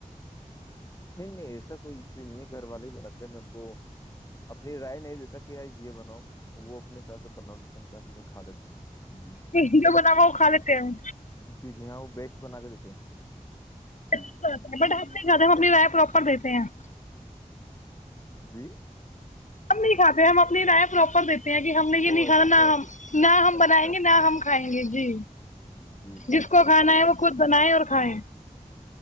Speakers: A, on the left; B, on the left.
A: نہیں نہیں ایسا کوئی ایشو نہیں ہے گھر والے ہی بناتے ہیں میں ان کو اپنی رائے نہیں دیتا کہ آج یہ بناؤ وہ اپنے حساب سے بنا لیتے ہیں تاکہ میں کھا لیتا ہوں جی
B: جو بنا ہوا وہ کھا لیتے ہیں
A: جی جی ہاں وہ بیسٹ بنا کے دیتے ہیں
B: چ
A: جی
B: ب آنی گدم اپنی رائے پراپر دیتی <unintelligible> پں <unintelligible>
A: جی <unintelligible>
B: ہم نہیں کاتے ہم اپنی رائےیں پراپر دیتے <unintelligible> ہم نے یہ
A: او
B: نہیں
A: اچھا
B: کھانا نہ ہم نہ ہم
A: اچھا
B: بنائیں
A: اچھا
B: گے نہ
A: اچھا
B: ہم کھائیں گے جی
A: جی جی
B: جس کو کھانا ہے وہ خود بنیں اور کھائیں <unintelligible>